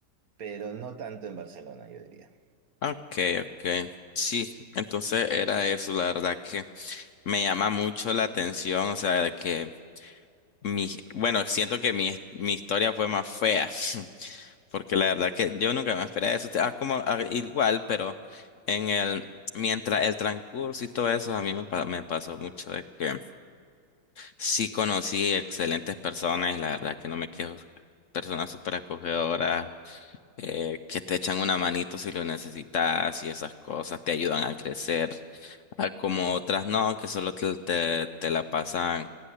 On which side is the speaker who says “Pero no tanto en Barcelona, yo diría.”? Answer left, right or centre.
Right